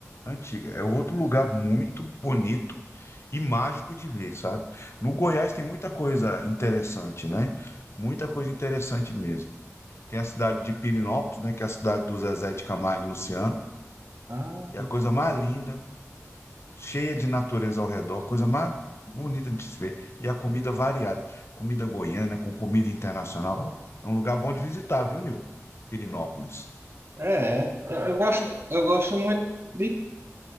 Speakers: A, on the left; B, on the right.
A: antiga. É outro lugar muito bonito e mágico de ver, sabe? No Goiás tem muita coisa interessante, né? Muita coisa interessante mesmo. Tem a cidade de Pirinópolis, né? Que é a cidade do Zezé de Camargo e Luciano,
B: Ah,
A: que é a coisa mais linda, cheia de natureza ao redor, coisa mais bonita de se ver. E a comida variada, comida goiana com comida internacional. É um lugar bom de visitar, viu, Nil? Pirinópolis.
B: É, é. eu gosto, eu gosto muito de,